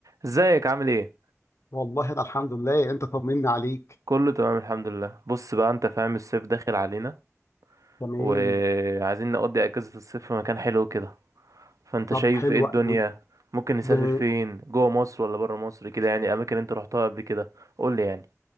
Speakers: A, on the right; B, on the left.
A: ازيك عامل ايه
B: والله ده الحمد لله انت طمني عليك
A: كله تمام الحمد لله بص بقى انت فاهم الصيف داخل علينا
B: تمام
A: وعايزين نقضي اجازة الصيف في مكان حلو كده فانت
B: طب
A: شايف
B: حلو
A: ايه الدنيا
B: قوي
A: ممكن نسافر
B: ده
A: فين جوه مصر ولا بره مصر كده يعني اماكن انت رحتها قبل كده قول لي يعني